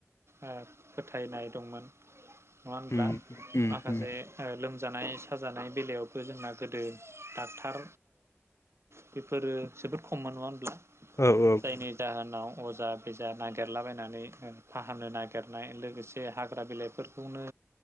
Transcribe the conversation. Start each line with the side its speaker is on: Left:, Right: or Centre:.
Right: ओ फोथायनाय दंमोन‌ नङा होनब्ला
Left: उम
Right: ।
Left: उम
Right: माखासे
Left: उम
Right: ओ लोमज जानाय साजानाय बेलायावबो जोंना गोदो डाक्टार बेफोरो जोबोद खममोन नङा होमब्ला। जायनि
Left: औ औ
Right: जाहोनाव अजा बेजा नागिरलाबायनानै फाहामनो ना गेरनाय लोगोसे हाग्रा बिलाइफोरखौनो